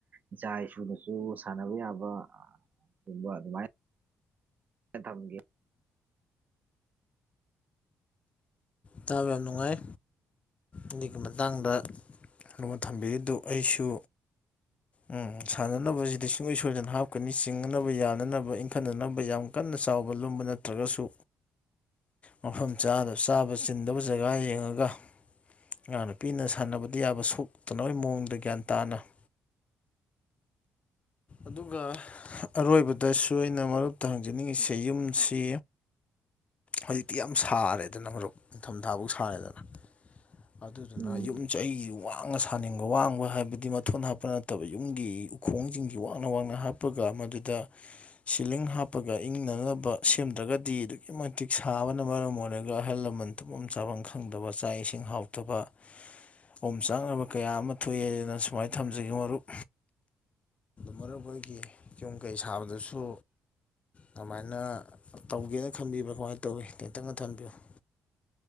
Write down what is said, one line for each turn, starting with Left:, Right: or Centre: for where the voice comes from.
Right: ꯏꯆꯥ ꯏꯁꯨꯅꯁꯨ ꯁꯥꯟꯅꯕ ꯌꯥꯕ ꯒꯨꯝꯕ ꯑꯗꯨꯃꯥꯏꯅ ꯊꯝꯒꯦ
Left: ꯇꯥꯕ ꯌꯥꯝ ꯅꯨꯡꯉꯥꯏ ꯑꯗꯨꯒꯤ ꯃꯇꯥꯡꯗ ꯑꯗꯣꯝꯅ ꯊꯝꯕꯤꯔꯤꯗꯨ ꯑꯩꯁꯨ ꯎ ꯁꯥꯟꯅꯅꯕꯁꯤꯗꯤ ꯁꯨꯡꯁꯣꯏ ꯁꯣꯏꯗꯅ ꯍꯥꯞꯀꯅꯤ ꯆꯤꯡꯅꯅꯕ ꯌꯥꯅꯅꯕ ꯏꯟꯈꯠꯅꯅꯕ ꯌꯥꯝ ꯀꯟꯅ ꯅ ꯆꯥꯎꯕ ꯂꯨꯝꯕ ꯅꯠꯇ꯭ꯔꯁꯨ ꯃꯐꯝ ꯆꯥꯅ ꯆꯥꯕ ꯆꯤꯟꯗꯕ ꯖꯒꯥ ꯌꯦꯡꯉꯒ ꯏꯉꯥꯡ ꯅꯨꯨꯄꯤꯅ ꯁꯥꯟꯅꯕꯗꯤ ꯌꯥꯕ ꯁꯣꯛꯇꯅꯕꯒꯤ ꯃꯑꯣꯡꯗ ꯒ꯭ꯌꯥꯟ ꯇꯥꯅ <inaudible> ꯑꯗꯨꯒ ꯑꯔꯣꯏꯕꯗꯁꯨ ꯑꯩꯅ ꯃꯔꯨꯞꯇ ꯍꯪꯖꯅꯤꯡꯉꯤꯁꯦ ꯌꯨꯝꯁꯤ ꯍꯧꯖꯤꯛꯇꯤ ꯌꯥꯝ ꯁꯥꯔꯦꯗꯅ ꯃꯔꯨꯞ ꯅꯤꯡꯊꯝꯊꯥꯐꯧ ꯁꯥꯔꯦꯗꯅ ꯑꯗꯨꯗꯨꯅ
Right: ꯎꯝ
Left: ꯌꯨꯝꯁꯦ ꯑꯩ ꯋꯥꯡꯅ ꯁꯥꯅꯤꯡꯕ ꯋꯥꯡꯕ ꯍꯥꯏꯕꯗꯤ ꯃꯊꯣꯟ ꯍꯥꯞꯄ ꯅꯠꯇꯕ ꯌꯨꯝꯒꯤ ꯎꯈꯣꯡꯁꯤꯡꯁꯤ ꯋꯥꯡꯅ ꯋꯥꯡꯅ ꯍꯥꯞꯄꯒ ꯃꯗꯨꯗ ꯁꯤꯂꯤꯡ ꯍꯥꯞꯄꯒ ꯏꯪꯅꯅꯕ ꯁꯦꯝꯗ꯭ꯔꯒꯗꯤ ꯑꯗꯨꯛꯀꯤ ꯃꯇꯤꯛ ꯁꯥꯕꯅ ꯃꯔꯝ ꯑꯣꯏꯔꯒ ꯑꯍꯜ ꯂꯕ ꯃꯟ ꯇꯨꯝꯐꯝ ꯆꯥꯐꯝ ꯈꯪꯗꯕ ꯆꯥꯛ ꯏꯁꯤꯡ ꯍꯥꯎꯇꯕ ꯑꯣꯝ ꯆꯥꯛꯅꯕ ꯀꯌꯥ ꯑꯃ ꯊꯣꯛꯑꯦꯗꯅ ꯁꯨꯃꯥꯏꯅ ꯊꯝꯖꯒꯦ ꯃꯔꯨꯞ ꯃꯔꯨꯞꯍꯣꯏꯒꯤ ꯌꯨꯝ ꯀꯩ ꯁꯥꯕꯗꯁꯨ ꯀꯃꯥꯏꯅ ꯇꯧꯒꯦꯅ ꯈꯟꯕꯤꯕ ꯀꯃꯥꯏꯅ ꯇꯧꯋꯤ ꯇꯦꯟꯇꯛꯅ ꯊꯝꯕꯤꯌꯨ <inaudible>